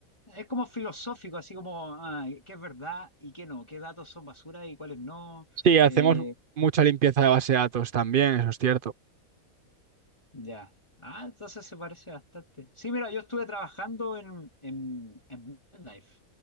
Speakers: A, on the left (about 20°); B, on the right (about 50°).
A: es como filosófico, así como, ah, ¿qué es verdad y qué no? ¿Qué datos son basura y cuáles no?
B: Sí, hacemos
A: Eh,
B: mucha limpieza de base de datos también, eso es cierto.
A: ya. Ah, entonces se parece bastante. Sí, mira, yo estuve trabajando en, en, en MedLife,